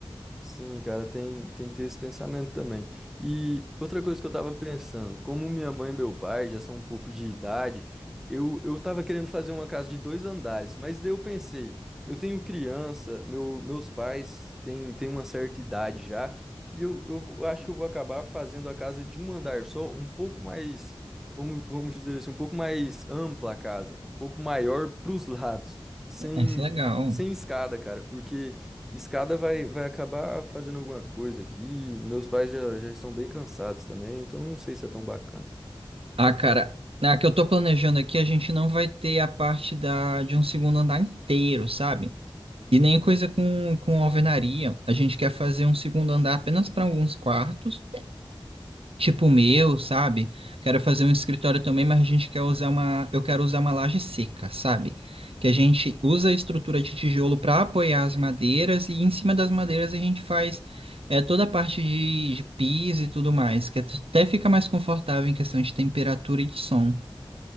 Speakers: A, in the centre; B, on the right.
A: Sim, cara, tem, tem que ter esse pensamento também. E outra coisa que eu tava pensando, como minha mãe e meu pai já são um pouco de idade, eu, eu tava querendo fazer uma casa de dois andares, mas daí eu pensei, eu tenho criança, meu, meus pais têm, têm uma certa idade já, e eu, eu vou- acho que eu vou acabar fazendo a casa de um andar só, um pouco mais, vamos, vamos dizer assim, um pouco mais ampla a casa, um pouco maior pros <laughs> lados, sem,
B: Isso é legal.
A: sem escada, cara, porque. Escada vai, vai acabar fazendo alguma coisa aqui. Meus pais já, já estão bem cansados também, então não sei se é tão bacana.
B: Ah, cara, na que eu tô planejando aqui, a gente não vai ter a parte da, de um segundo andar inteiro, sabe? E nem coisa com, com alvenaria. A gente quer fazer um segundo andar apenas para alguns quartos tipo o meu, sabe? Quero fazer um escritório também, mas a gente quer usar uma, eu quero usar uma laje seca, sabe? Que a gente usa a estrutura de tijolo para apoiar as madeiras e em cima das madeiras a gente faz é, toda a parte de, de piso e tudo mais, que até fica mais confortável em questão de temperatura e de som.